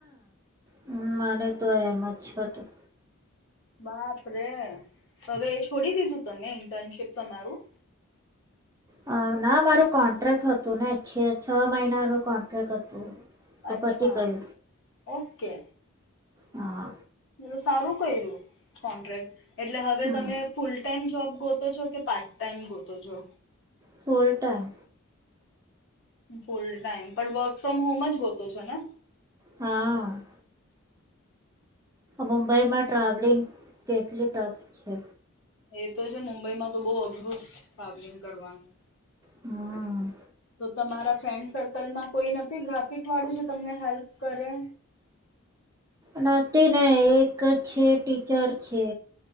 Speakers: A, on the right; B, on the left.
A: હમ મારે તો એમ જ હતું.
B: બાપરેે હવે એ છોડી દીધું તમે ઇન્ટર્નશીપ તમારું
A: હ ના મારું કોન્ટ્રાક્ટ હતુંને છે છ મહિના ન કોન્ટ્રાક્ટ હતું. તો
B: અચ્છા
A: પતી ગયું
B: ઓકે.
A: હા
B: એ તો સારું કર્યું કોન્ટ્રાક્ટ. એટલે હવે
A: હા
B: તમે ફૂલ ટાાઈમ જોબ? ગોતો છો કે પાર્ટ ટાઈમ ગોતો છો?
A: Full time.
B: ફૂલ ટાઈમ પણ વર્ક ફ્રોમ હોમ જ ગોતો છો ને?
A: હા મુંબઈમાં ટ્રાવેલિંગ કેટલી ટફ છે.
B: એ તો છે મુંબઈમાં તો બહ અઘરું ટ્રાવેલિંગ કરવાનું.
A: હમ્મ.
B: તો તમારા ફ્રેન્ડ સર્કલમાં કોઈ નથી ગ્રાફિક વાળું જે તમને હેલ્પ કરે?
A: નથીને એક છે ટીચર છે,